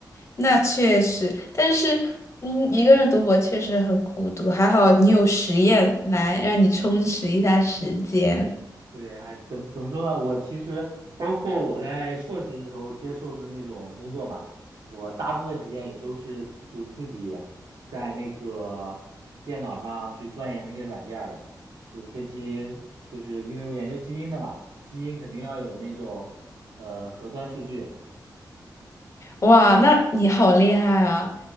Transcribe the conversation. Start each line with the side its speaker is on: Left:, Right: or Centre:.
Left: 那确实，但是，嗯，一个人读博确实很孤独。还好你有实验来让你充实一下时间。
Right: 对，还怎么怎么说呢？我其实包括我在硕士的时候接受的那种工作嘛，我大部分时间也都是就自己在那个电脑上去钻研那些软件儿的，就是分析，就是因为我研究基因的嘛，基因肯定要有那种呃核酸数据，
Left: 哇，那你好厉害啊！